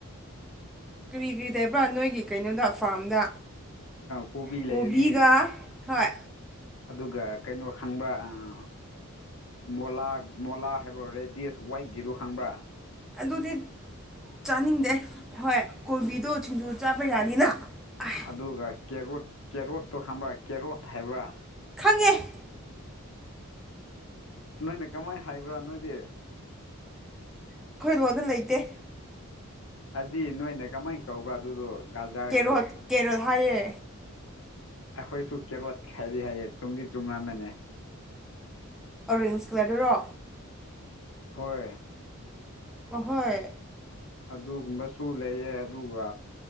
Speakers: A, in the centre; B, on the left.
A: ꯀꯔꯤ ꯀꯔꯤ ꯇꯩꯕ꯭ꯔꯥ ꯅꯣꯏꯒꯤ ꯀꯩꯅꯣꯗ ꯐꯥꯔꯝꯗ
B: ꯀꯣꯕꯤ
A: ꯀꯣꯕꯤꯒ
B: ꯂꯩꯔꯅꯤ
A: ꯐꯣꯏ
B: ꯑꯗꯨꯒ ꯀꯩꯅꯣ ꯈꯪꯕ꯭ꯔ ꯑꯥ ꯃꯣꯂꯥ ꯃꯣꯂꯥ ꯍꯥꯏꯕ ꯔꯦꯗꯤꯁ ꯋꯥꯏꯠꯀꯤꯗꯨ ꯈꯪꯕ꯭ꯔꯥ
A: ꯑꯗꯨꯗꯤ ꯆꯥꯅꯤꯡꯗꯦ ꯍꯣꯏ ꯀꯣꯕꯤꯗꯣ ꯁꯤꯡꯖꯨ ꯆꯥꯕ ꯌꯥꯅꯤꯅ ꯑꯥꯏ,
B: ꯑꯗꯨꯒ ꯀꯦꯔꯣꯠ ꯀꯦꯔꯣꯠꯇꯣ ꯈꯪꯕ꯭ꯔ ꯀꯦꯔꯣꯠ ꯍꯥꯏꯕ꯭ꯔ
A: ꯈꯪꯉꯦ ꯑꯩꯈꯣꯏ
B: ꯅꯣꯏꯅ ꯀꯃꯥꯏ ꯍꯥꯏꯕ꯭ꯔ ꯅꯣꯏꯗꯤ
A: ꯑꯩꯈꯣꯏ ꯂꯣꯟꯗ ꯂꯩꯇꯦ
B: ꯍꯥꯏꯕꯗꯤ ꯅꯣꯏꯅ ꯀꯃꯥꯏ ꯀꯧꯕ꯭ꯔꯥ ꯑꯗꯨꯗꯣ ꯒꯥꯖꯥꯔꯗꯣ
A: ꯀꯦꯔꯣꯠ ꯀꯦꯔꯣꯠ ꯍꯥꯏꯌꯦ
B: ꯑꯩꯈꯣꯏꯁꯨ ꯀꯦꯔꯣꯠ ꯈꯥꯏꯔꯤ ꯍꯥꯏꯌꯦ ꯆꯨꯝꯗꯤ ꯆꯨꯝꯂꯝꯝꯃꯅꯤ
A: ꯑꯣꯔꯦꯟꯖ ꯀꯂꯔꯗꯔꯣ
B: ꯍꯣꯏ
A: ꯑꯍꯣꯏ
B: ꯑꯗꯨꯒꯨꯝꯕꯁꯨ ꯂꯩꯌꯦ ꯑꯗꯨꯒ